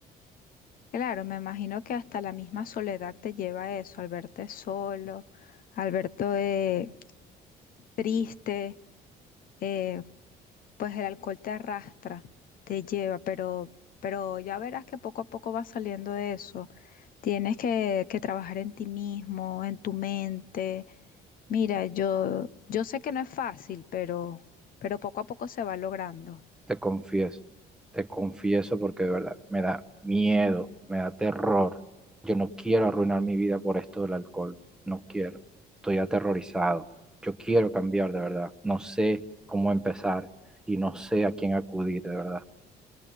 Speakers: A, on the left; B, in the centre.
A: Claro, me imagino que hasta la misma soledad te lleva a eso, al verte solo, al verte triste, eh, pues el alcohol te arrastra, te lleva, pero, pero ya verás que poco a poco vas saliendo de eso. Tienes que, que trabajar en ti mismo, en tu mente. Mira, yo, yo sé que no es fácil, pero, pero poco a poco se va logrando.
B: te confieso, te confieso porque de verdad me da miedo, me da terror. Yo no quiero arruinar mi vida por esto del alcohol, no quiero. Estoy aterrorizado. Yo quiero cambiar de verdad. No sé cómo empezar y no sé a quién acudir de verdad.